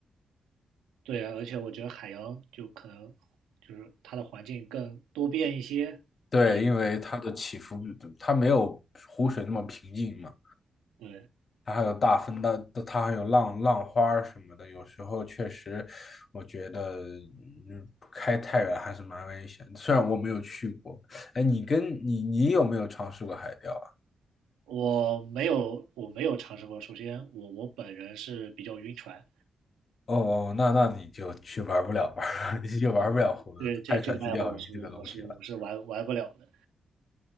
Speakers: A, on the right (about 80°); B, on the left (about 55°).
A: 对啊，而且我觉得海洋就可能就是它的环境更多变一些，
B: 对，
A: 比
B: 因为它的起伏，它没有湖水那么平静嘛。
A: 对
B: 它还有大风的，它还有浪浪花儿什么的。有时候确实，我觉得嗯开太远还是蛮危险的虽然我没有去过，哎，你跟你你有没有尝试过海钓啊？
A: 我没有，我没有尝试过。首先，我我本人是比较晕船，
B: 哦，哦，那那你就去玩不了玩儿，<laughs> 你就玩不了湖开船去钓鱼这个东西了。
A: 这这这个爱好我是我是我是玩玩不了的。